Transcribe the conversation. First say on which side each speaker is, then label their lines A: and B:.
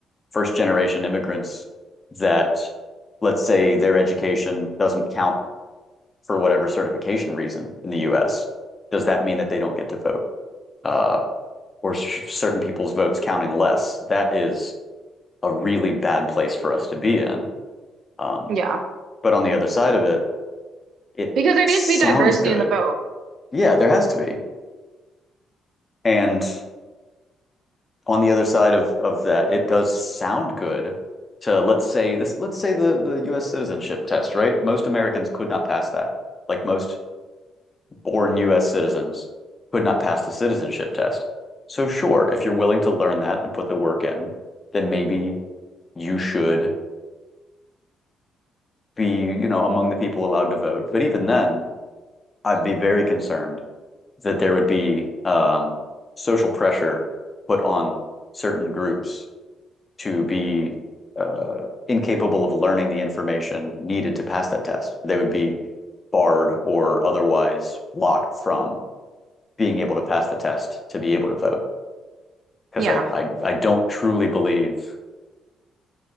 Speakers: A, on the left (about 30°); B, on the right (about 70°).
A: first generation immigrants that, let's say, their education doesn't count for whatever certification reason in the US, does that mean that they don't get to vote? Uh, or sh- certain people's votes counting less? That is a really bad place for us to be in. Um,
B: Yeah.
A: but on the other side of it, it
B: Because there
A: sounds
B: needs to be diversity
A: good.
B: in the vote.
A: Yeah, there has to be. And on the other side of of that, it does sound good to let's say this let's say the the US citizenship test, right? Most Americans could not pass that. Like most born US citizens could not pass the citizenship test. So sure, if you're willing to learn that and put the work in, then maybe you should be, you know, among the people allowed to vote. But even then, I'd be very concerned that there would be um, social pressure put on certain groups to be uh, incapable of learning the information needed to pass that test. They would be barred or otherwise blocked from being able to pass the test to be able to vote. Because
B: Yeah.
A: I, I, I don't truly believe